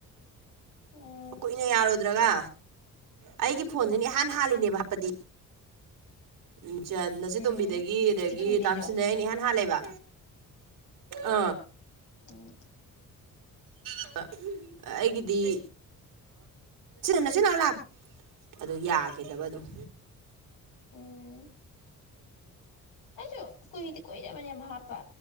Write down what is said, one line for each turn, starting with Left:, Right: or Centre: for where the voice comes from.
Left: ꯎꯝ
Right: ꯀꯨꯏꯅ ꯌꯥꯔꯣꯏꯗ ꯗꯔꯥꯒ ꯑꯩꯒꯤ ꯐꯣꯟꯁꯤꯅꯦ ꯏꯍꯥꯟ ꯍꯥꯜꯂꯤꯅꯦꯕ ꯍꯥꯞꯄꯗꯤ ꯎꯝ ꯅꯆ
Left: ꯎꯝ
Right: ꯇꯣꯝꯕꯤꯗꯒꯤ ꯑꯗꯒꯤ
Left: ꯆꯦ ꯇꯣꯝꯕꯤꯗꯩꯁꯨ
Right: ꯇꯥꯝꯁꯤꯟꯗ ꯑꯩꯅ ꯏꯍꯥꯟ ꯍꯥꯜꯂꯦꯕ ꯑꯥ
Left: ꯎꯝ
Right: <inaudible> ꯑꯩꯒꯤꯗꯤ ꯅꯆꯤꯟꯅꯥꯎ ꯂꯥ ꯑꯗꯨ ꯌꯥꯈꯤꯗꯕ ꯑꯗꯨꯝ
Left: ꯎꯝ ꯑꯩꯁꯨ ꯀꯨꯏꯗꯤ ꯀꯔꯕꯅꯦ ꯍꯥꯞꯄ